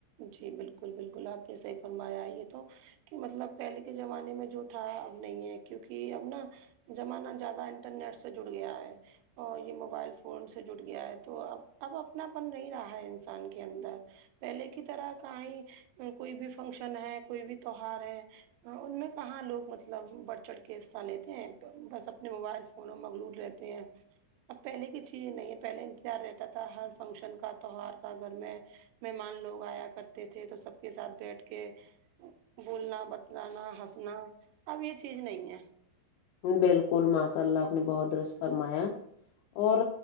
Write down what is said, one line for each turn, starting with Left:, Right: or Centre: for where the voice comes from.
Right: جی بالکل بالکل آپ نے صحیح فرمایا یہ تو کہ مطلب پہلے کے زمانے میں جو تھا اب نہیں ہے کیونکہ اب نا زمانہ زیادہ انٹرنیٹ سے جڑ گیا ہے اور یہ موبائل فونس سے جٹ گیا ہے تو اب اب اپنا پن نہیں رہا ہے انسان کے اندر پہلے کی طرح کاں ہی کوئی بھی فنکشن ہے کوئی بھی تہوار ہے ہان ان میں کہاں لوگ مطلب بڑھ چڑھ کے حصہ لیتے ہیں بس اپنے موبائل فون مغلور رہتے ہیں اب پہلے کے چ یزئیں نہیں پہلے انتظار رہتا تھا ہر فنکشن کا تہوار کا گھر میں مہمان لوگ آیا کرتے تھے تو سب کے ساتھ بیٹھ کے بولنا بتلانا ہسنا اب یہ چیز نہیں ہے
Left: بالکل ماشاء اللہ آپ نے بہت درست فرمایا اور